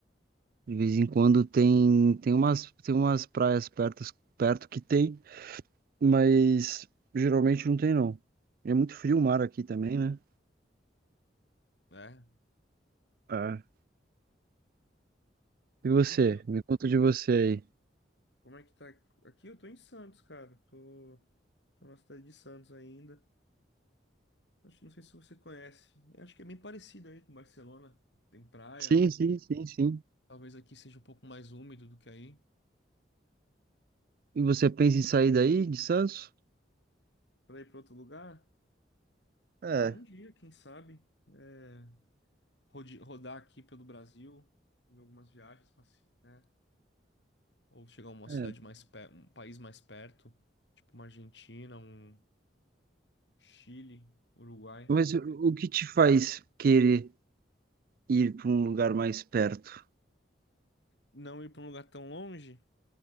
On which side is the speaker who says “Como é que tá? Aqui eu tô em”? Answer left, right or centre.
Left